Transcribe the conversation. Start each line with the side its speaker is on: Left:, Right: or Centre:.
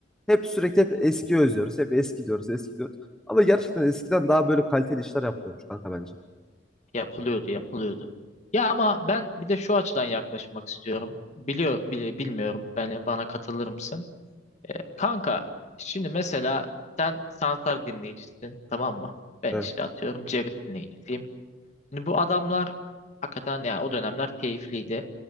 Centre: Hep sürekli hep eski özlüyoruz. Hep eski diyoruz, eski diyoruz. Ama gerçekten eskiden daha böyle kaliteli işler yapıyormuş kanka bence.
Left: yapılıyordu, yapılıyordu. Ya ama ben bir de şu açıdan yaklaşmak istiyorum. Biliyor, bile, bilmiyorum beni bana katılır mısın? Ee, kanka, şimdi mesela sen Sansar dinleyicisin, tamam mı? Ben
Centre: Evet,
Left: işte atıyorum Jagged dinleyicisiyim. Şimdi bu adamlar hakikaten yani o dönemler keyifliydi.